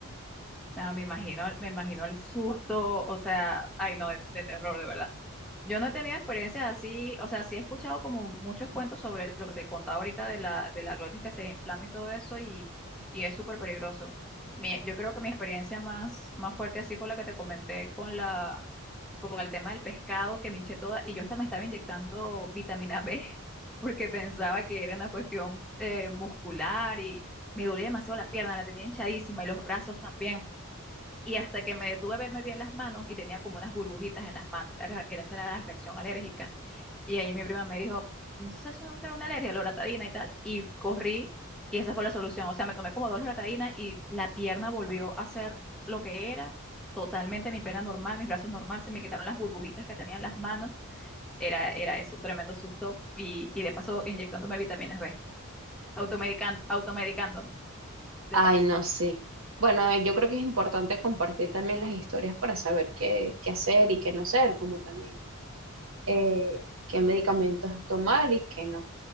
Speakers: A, in the centre; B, on the right.
A: Nada, me imagino, me imagino el susto, o sea, ay no, de, de terror, de verdad. Yo no he tenido experiencias así, o sea, sí he escuchado como muchos cuentos sobre lo que te contaba ahorita de la, de la glotis que se inflama y todo eso, y, y es súper peligroso. Mi- yo creo que mi experiencia más, más fuerte así fue la que te comenté con la, con el tema del pescado, que me hinché toda, y yo hasta me estaba inyectando vitamina B, <laughs> porque pensaba que era una cuestión eh, muscular y me dolía demasiado la pierna, la tenía hinchadísima y los brazos también. Y hasta que me detuve a verme bien las manos y tenía como unas burbujitas en las manos. Era- era- Esa era la reacción alérgica. Y ahí mi prima me dijo, no sé, eso no será una alergia, la loratadina y tal. Y corrí y esa fue la solución. O sea, me tomé como dos loratadinas y la pierna volvió a ser lo que era. Totalmente mi pierna normal, mis brazos normal, se me quitaron las burbujitas que tenía en las manos. Era, era eso, tremendo susto. Y, y de paso inyectándome vitaminas B, automedican- automedicándome, de
B: Ay,
A: paso.
B: no, sí. Bueno, eh, yo creo que es importante compartir también las historias para saber qué, qué hacer y qué no hacer, como también eh, qué medicamentos tomar y qué no.